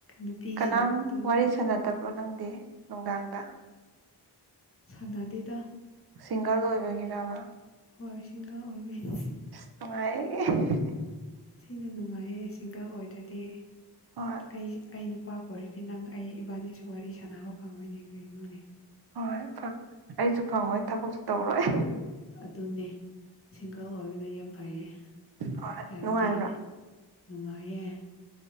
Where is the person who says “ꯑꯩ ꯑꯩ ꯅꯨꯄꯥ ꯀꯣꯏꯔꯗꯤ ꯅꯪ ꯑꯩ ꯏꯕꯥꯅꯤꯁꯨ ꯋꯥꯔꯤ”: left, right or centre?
Left